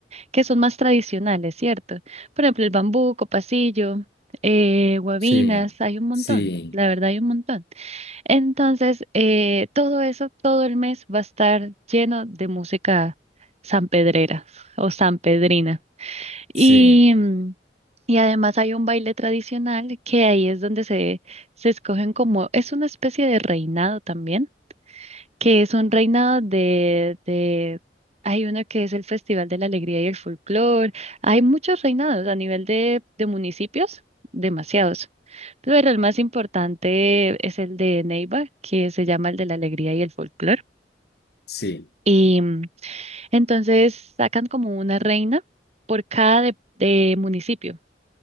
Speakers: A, on the right (about 40°); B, on the left (about 60°).
A: que son más tradicionales, ¿cierto? Por ejemplo, el bambuco, pasillo, eh, guabinas,
B: sí,
A: hay un montón,
B: sí,
A: la verdad hay un montón. Entonces, eh, todo eso, todo el mes va a estar lleno de música sanpedrera o sanpedrina.
B: sí,
A: Y, mm, y además hay un baile tradicional que ahí es donde se, se escogen como, es una especie de reinado también, que es un reinado de, de, hay uno que es el Festival de la Alegría y el Folclor, hay muchos reinados a nivel de, de municipios, demasiados, pero el más importante es el de Neiva, que se llama el de la Alegría y el Folclor.
B: sí.
A: Y mm, entonces sacan como una reina por cada de de municipio.